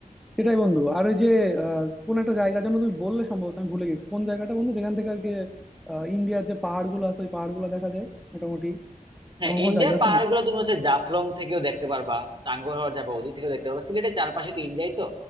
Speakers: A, in the centre; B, on the right.
A: সেটাই বন্ধু আর ওই যে আহ কোন একটা জায়গার জন্য তুমি বললে সম্ভবত আমি ভুলে গেছি কোন জায়গাটা বন্ধু যেখান থেকে আর কি আহ, ইন্ডিয়ার যে পাহাড়গুলো আছে ওই পাহাড়গুলো দেখা যায় মোটামুটি
B: হ্যাঁ
A: এমন কোনো
B: ইন্ডিয়ার
A: জায়গা আছে
B: পাহাড়
A: নাকি
B: গুলো তুমি হচ্ছে জাফলং থেকেও দেখতে পারবা টাঙ্গুয়ার যাবে ওদিক থেকেও দেখতে পারবা সিলেটের চারপাশে তো ইন্ডিয়াই তো